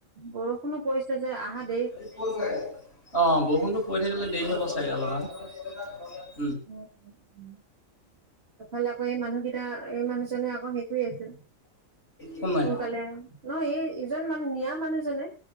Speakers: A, on the right; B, on the left.
A: বৰষুণো পৰিছে যে আহাত
B: অ বৰষুণতো পৰি থাকিলে। স হাব চাগে অলহ <unintelligible>
A: উ উম উম তফাল আকৌ এই মানুহকেইটা মানুহজনে আকৌ শেষ আছে
B: কোন নাই?
A: সোনকালে নহয় এই ইজন মানুহ নিয়া মানুহজনে